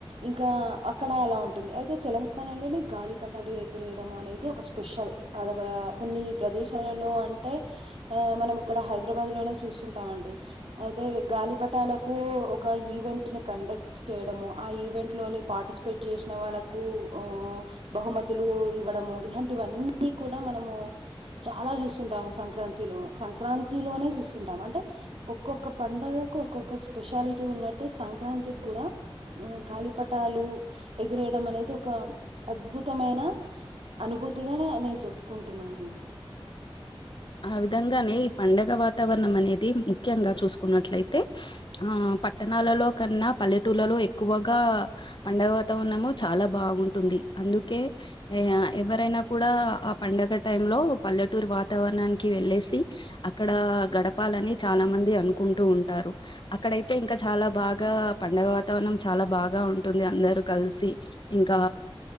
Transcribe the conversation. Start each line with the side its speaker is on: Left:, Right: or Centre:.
Right: ఇంకా అక్కడ అలా ఉంటుంది అయితే తెలంగాణలోని గాలిపటాలు ఎగిరేయడం అనేది ఒక స్పెషల్. అదొక కొన్ని ప్రదేశాలలో అంటే ఆ మనం ఇక్కడ హైదరాబాద్ లోనే చూసు టామండి అయితే గాలిపటాలకు ఒక ఈవెంట్ ని కండక్ట్ చేయడము ఆ ఈవెంట్ లోని పార్టిసిపేట్ చేసిన వాళ్ళకు ఓ బహుమతులు ఇవ్వడము ఇలాంటివన్నీ కూడా మనము చాలా చూస్తుంటాము సంక్రాంతిలో సంక్రాంతి లోనే చూస్తుంటాం అంటే ఒక్కొక్క పండగకు ఒక్కొక్క స్పెషాలిటీ ఉన్నట్టే సంక్రాంతికి కూడా కళీపటాలు ఎగిరేయడం అనేది ఒక అద్భుతమైన అనుభూతిగా నేను చెప్పుకుంటున్నానండి.
Left: ఆ విధంగానే ఈ పండగ వాతావరణం అనేది ముఖ్యంగా చూసుకున్నట్లయితే ఆ పట్టణాలలో కన్నా పల్లెటూళ్లలో ఎక్కువగా పండుగ వాతావరణం చాలా బాగుంటుంది అందుకే ఏ ఆ ఎవరైనా కూడా ఆ పండగ టైమ్ లో పల్లెటూరు వాతావరణానికి వెళ్ళేసి అక్కడ గడపాలని చాలా మంది అనుకుంటూ ఉంటారు. అక్కడయితే ఇంకా చాలా బాగా పండగ వాతావరణం చాలా బాగా ఉంటుంది అందరు కలిసి ఇంకా